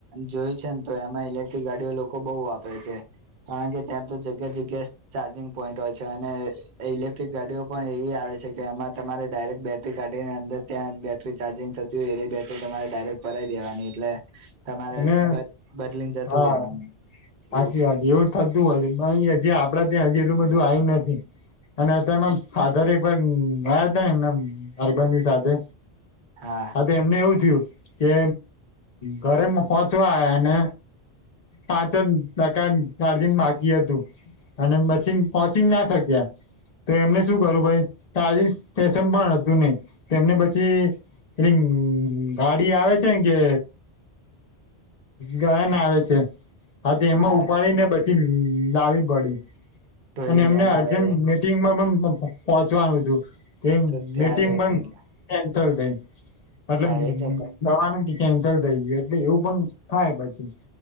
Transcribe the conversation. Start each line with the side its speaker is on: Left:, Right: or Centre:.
Right: જોયું છે ને તો એમાં ઇલેક્ટ્રિક ગાડીઓ લોકો બઉ વાપે છે કારણ કે ત્યાં તો જગ્યા જગ્યા ચાર્જિંગ પોઈન્ટ હોય છે અને એ ઇલેક્ટ્રિક ગાડીઓ પણ એવી આવે છે કે એમાં તમારે ડાયરેક્ટ બેટરી કાઢીને અંદર ત્યાં જ બેટરી ચાર્જિંગ ત જોઈએ એવી બેટરી તમારે ડાયરેક્ટ ભરાઈ દેવાની એટલે તમારે
Left: અને
Right: બદલીને જતું
Left: હા
Right: રહેવાનું એવું
Left: હાચી વાત એવું થતું હોય છે <unintelligible> જે આપડા ત્યાં અજી એટલું બધું આયુ નથી. અને એમાં આધારે એક વાર ગયા હતા ને એમના અરબંધની સાથે
Right: હા
Left: આ તો એમને એવું થયું કે ઘરેમાં પોહોંચવાને પાચકા દારજીન બાકી હતું. અને પછી પહોંચી ના શક્યા. તો એમને શું કરું ભાઈ આજ સ્ટેશન પણ હતું નને એને પછી એ ગાડી આવે છે કે ગયાન આવે છે આ તે એમાં
Right: હા
Left: ઉપાડી ને બ લાવી પડી
Right: ટોઈન
Left: અને એમને
Right: વેન આવે
Left: અર્જ મીટિંગમાં પણ પહોચવાનું હતું કે
Right: તો ત્યાં
Left: મીટિંગ
Right: લેટ
Left: પણ
Right: થઈ ગયા
Left: કેન્સલ થઈ. મતલેબ
Right: હા એ જ
Left: જવા નથી કેન્સલ થઈ ગયું એટલે એવું પણ થાય પછી